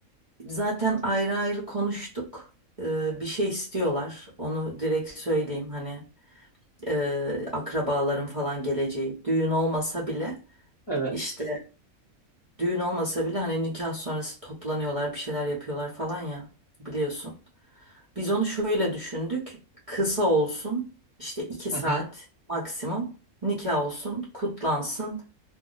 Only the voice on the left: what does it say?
Evet.
Hı hı.